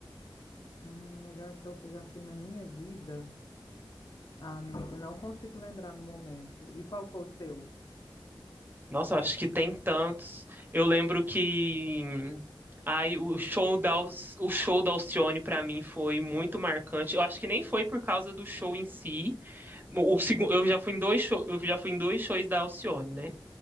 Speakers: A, on the left; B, on the right.
A: Hum, melhor show que eu já fui na minha vida, ah, amigo, não consigo lembrar no momento. E qual foi o seu?
B: Nossa, eu acho que tem tantos. Eu lembro que ai, o show da, Al- o show da Alcione para mim foi muito marcante. Eu acho que nem foi por causa do show em si. O, o, segu- eu já fui em dois show, eu já fui em dois shows da Alcione, né?